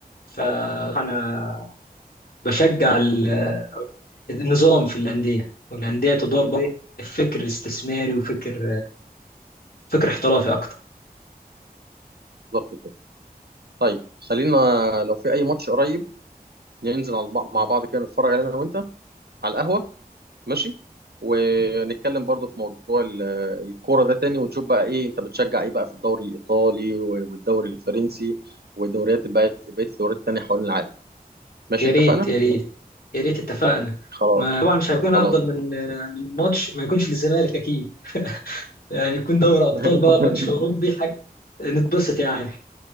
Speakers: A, on the left (about 70°); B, on the right (about 80°).
A: فانا بشجع ال- النظام في الانديه والانديه تدار بقى بفكر استثماري وفكر فكر احترافي اكتر
B: بالظبط كده طيب خلينا لو في اي ماتش قريب ننزل على الب- مع بعض كده نتفرج عليه انا وانت على القهوه ماشي ونتكلم برضو في موضوع ال- الكوره ده تاني ونشوف بقى ايه انت بتشجع ايه بقى في الدوري الايطالي و- والدوري الفرنسي والدوريات بقى بقيه الدوريات التانيه حوالين العالم ماشي
A: يا
B: اتفقنا
A: ريت يا ريت يا ريت اتفقنا
B: خلاص
A: ما طبعا مش هيكون
B: خلاص
A: افضل من من ماتش ما يكونش للزمالك اكيد <laughs> يعني يكون دوري ابطال
B: <laughs>
A: بقى ماتش اوروبي حاجه نتبسط يعني